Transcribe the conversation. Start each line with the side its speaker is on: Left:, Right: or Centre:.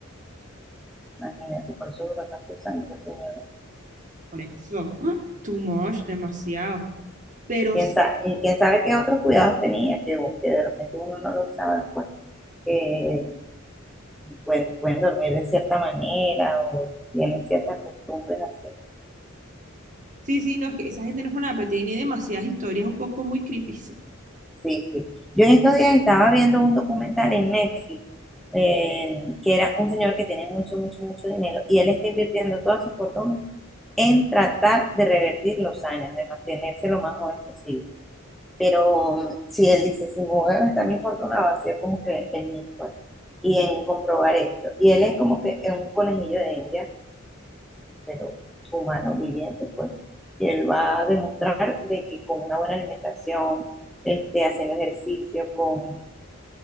Centre: imagínate, por eso duró tantos años esa señora.
Right: Por eso. ¡ah! Too much, demasiado. Pero
Centre: ¿Quién sa- y quién sabe qué otros cuidados tenía, que, que de repente uno no lo sabe, pues, que pues, pueden dormir de cierta manera o tienen ciertas costumbres así.
Right: sí, sí, no, es que esa gente no es una, pero tiene demasiadas historias un poco muy creepy.
Centre: Sí, sí. Yo en estos días estaba viendo un documental en Netflix, eh, que era un señor que tiene mucho, mucho, mucho dinero y él está invirtiendo toda su fortuna en tratar de revertir los años, de mantenerse lo más joven posible. Pero mm, si él dice, si me voy a gastar mi fortuna, va a ser como que en mí, pues, y en comprobar esto. Y él es como que es un conejillo de India, pero humano, viviente, pues. Y él va a demostrar de que con una buena alimentación, este, haciendo ejercicio, con,